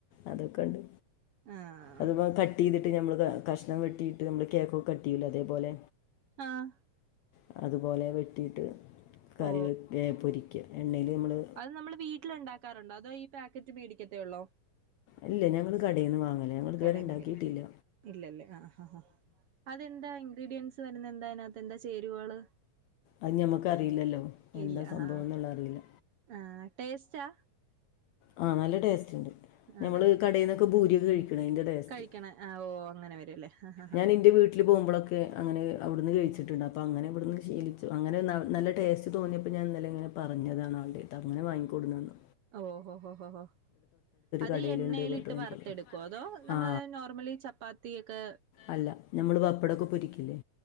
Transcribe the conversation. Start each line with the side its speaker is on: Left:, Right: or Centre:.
Left: അതൊക്കെ ഉണ്ട്
Right: ആഹ്
Left: അത് പോലെത്തെ ട്ടി ഇട്ട് നമ്മള് കഷ്ണം വെട്ടിട്ട് നമ്മള് കേക്കൊക്ക കട്ടില്ലോ അതേപോലെ
Right: ആഹ
Left: ആഹ് അതുപോലെ വെട്ടിയിട്ട് കറി
Right: ഓ
Left: വെക്കെ പൊരിക്കെ എണ്ണൽ നമ്മള്
Right: അത് നമ്മൾ വീട്ടിൽ ഉണ്ടാക്കാറുണ്ടോ അതോ ഈ പാക്കറ്റ് മേടിക്കത്തെ ഉള്ളോ
Left: അല്ലെ ഞങ്ങള് കടയിന്ന് വാങ്ങലേ ഞങ്ങൾ ഇതുവരെ
Right: കടേന്ന്
Left: ഉണ്ടാക്കിട്ടില്ല
Right: മേടിക്കും ഇല്ലല്ലേ ആഹ് ഹ ഹ അതെന്താ ഇൻഗ്രീഡിയൻറ്സ് വരുന്നത് എന്താ അതിനകത്ത് എന്താ ചേരുവകള്
Left: അത് ഞമ്മക്കറിയില്ലല്ലോ എന്താ
Right: ഇല്ല ആഹ്
Left: സംഭവം എന്നുള്ള അറിയില്ല
Right: ആഹ് ടേസ്റ്റാ
Left: ആഹ നല്ല ടേസ്റ്റ് ഉണ്ട്
Right: ആണല്ലേ
Left: ഞമ്മള് കടയിൽന്നൊക്കെ
Right: ആഹ്
Left: ഭൂരിയൊക്കെ കഴിക്ക അതിന്റെ ടേസ്റ്റ്
Right: കഴിക്കണ ആഹ് ഓ അങ്ങനെ വരുംല്ലേ ആഹ് ആഹ്
Left: ഞാൻ എന്റെ വീട്ട് വീട്ടിൽ പോകുമ്പോളൊക്കെ അങ്ങനെവിടുന്ന് കഴിച്ചിട്ടുണ്ട് അപ്പോ അങ്ങനെ ഇവിടുന്ന് ശീലിച്ചു അങ്ങനെ നല്ല ടേസ്റ്റ് തോന്നിയ - പ്പോ ഞാനി ഇന്നലെ ഇങ്ങനെ പഞ്ഞതാണ് ആളേടത്ത് അങ്ങനെ വാങ്ങി കൊടുന്നന്നു
Right: ഓ ഹോ ഹോ ഹോ അത്
Left: കടയിലുണ്ട്
Right: എണ്ണയിലിട്ട്
Left: പറഞ്ഞിട്ട് വാങ്ങിക്കൊടുക്കും
Right: വറുത്തെടുക്കുവോ അതോ നമ്മള്
Left: ആ
Right: നോർമലി ചപ്പാത്തി ഒക്കെ
Left: അല്ല നമ്മള് വപ്പടൊക്കെ പൊരിക്കില്ലേ